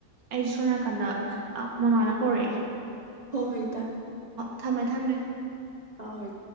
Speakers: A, on the right; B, on the right.
A: ꯑꯩ ꯁꯣ ꯅꯀꯟꯗ ꯃꯃꯅ ꯑꯣꯏ
B: ꯍꯣ ꯍꯣꯏ ꯏꯇꯥ
A: ꯊꯝꯃꯦ ꯊꯝꯃꯦ
B: ꯍꯣꯏ